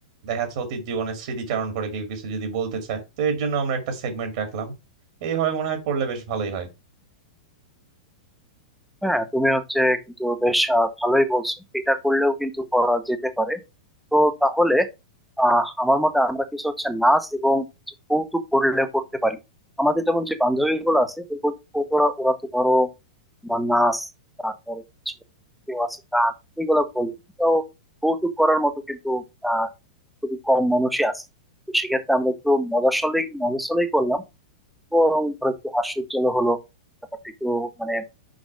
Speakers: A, on the right; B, in the centre.
A: দেখা যাচ্ছে অতীত জীবনের স্মৃতিচারণ করে কেউ কিছু যদি বলতে চায় তো এর জন্য আমরা একটা সেগমেন্ট রাখলাম এইভাবে মনে হয় করলে বেশ ভালোই হয়
B: হ্যাঁ তুমি হচ্ছে কিন্তু বেশ আহ, ভালোই বলছো এটা করলেও কিন্তু করা যেতে পারে তো তাহলে আহ আমার মতে আমরা কিছু হচ্ছে নাচ এবং কৌতুক করলে করতে পারি আমাদের যেমন যে বান্ধবী গুলো আছে ওরা ওরা তো ধরো তোমার নাচ তারপর হচ্ছে কেউ আছে গান এগুলো বলি তো কৌতুক করার মতো কিন্তু আহ খুবই কম মানুষই আছে তো সেক্ষেত্রে আমরা একটু মজাশালেই মজাশালেই করলাম তো ধরো একটু হাস্যোজ্জ্বল হলো ব্যাপারটা একটু মানে